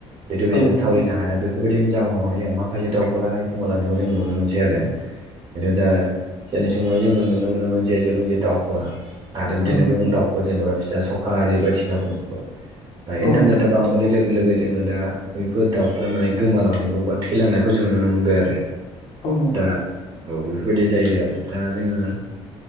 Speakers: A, on the right; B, on the left.
A: जिथु बिसोरो
B: औ नोंथां
A: थावरिनो
B: औ नोंथां
A: हाया बेफोरबायदिनि जाउनावहाय जोंहा माखासे दाउफोराहाय गोमालानायखौ जों नुनो मोनसै आरो <unintelligible> दा जोनि समावहाय जोङो नुनो मोनोमोन जे जों जे दाउफोरा आरो बिदिनो
B: औ नोंथां
A: गोबां दाउफोर जेनेबा फिसा सखा आरि बायदिनाफोरखौबो दा
B: औ
A: इन्टारनेटा
B: नोंथां
A: बांबोनाय लोग लोगो जोङो दा बैफोर दाउफोरा माने गोमालांनायखौ बा थैलांनायखौ जोङो नुनो मोनबाय आरो
B: औ
A: दा औ बेफोरबायदि जायो आरो दा जोङो